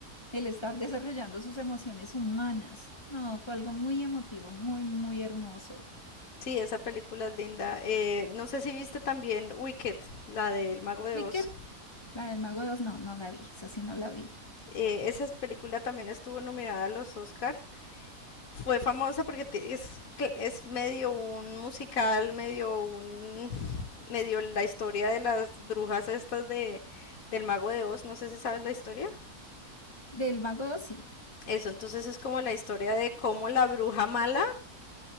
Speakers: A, on the left; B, on the left.
A: El estar desarrollando sus emociones humanas. No, fue algo muy emotivo, muy, muy hermoso.
B: Sí, esa película es linda. Eh, no sé si viste también Wicked, la del Mago de
A: Wicked,
B: Oz.
A: la del Mago dos, no, no la vi, esa sí no la vi.
B: eh, esa película también estuvo nominada a los Oscar. Fue famosa porque ti- es, que- es medio un musical, medio un, medio la historia de las brujas estas de, del Mago de Oz. No sé si sabes la historia.
A: Del Mago 2, sí.
B: Eso, entonces es como la historia de cómo la bruja mala